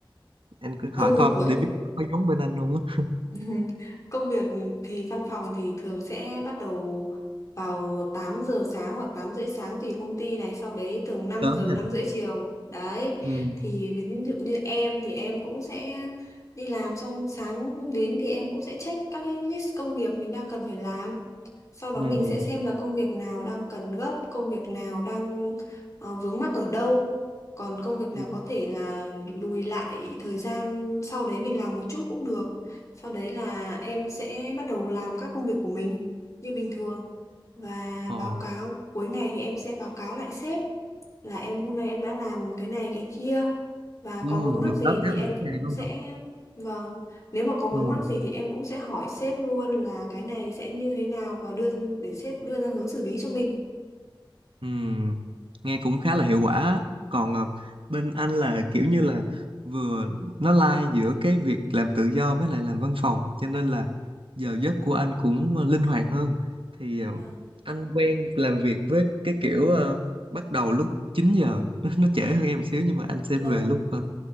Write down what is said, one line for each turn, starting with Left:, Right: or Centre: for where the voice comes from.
Right: anh cứ
Left: công
Right: hỏi
Left: việc
Right: coi
Left: của
Right: để biết có giống bên anh không á
Left: <laughs> Công việc thì văn phòng thì thường sẽ bắt đầu vào 8 giờ sáng hoặc 8 rưỡi sáng tùy công ty này, sau đấy thường 5
Right: sớm
Left: giờ
Right: nha
Left: 5 rưỡi chiều. Đấy.
Right: ừ
Left: Thì ví dụ như em thì em cũng sẽ đi làm xong sáng đến thì em cũng sẽ check các cái list công việc mình đang cần phải làm. Sau đó
Right: ừ
Left: mình sẽ xem là công việc nào đang cần gấp, công việc nào đang ờ, vướng mắc ở đâu. Còn công việc nào
Right: ừ
Left: có thể là lùi lại thời gian sau đấy mình làm một chút cũng được sau đấy là em sẽ bắt đầu làm các công việc của mình như bình thường và
Right: ờ
Left: báo cáo cuối ngày thì em sẽ báo cáo lại sếp là em hôm nay em đã làm cái này cái kia và
Right: ừ
Left: có vướng mắc
Right: mình
Left: gì
Right: báo cáo
Left: thì em
Right: mỗi
Left: cũng
Right: ngày luôn
Left: sẽ
Right: á.
Left: vâng nếu mà có vướng
Right: ừ
Left: mắc gì thì em cũng sẽ hỏi sếp luôn là cái này sẽ như thế nào và đưa để sếp đưa ra hướng xử lý cho mình.
Right: Ừm, nghe cũng khá là hiệu quả á. còn ờ, bên anh là kiểu như là vừa nó lai giữa cái việc làm tự do với lại làm văn phòng cho nên là giờ giấc của anh cũng ờ, linh hoạt hơn thì ờ,
Left: Vâng,
Right: anh quen làm việc với cái kiểu ờ, bắt đầu lúc chín giờ <laughs> nó, nó trễ hơn em một xíu nhưng mà anh sẽ
Left: vâng,
Right: về lúc uh,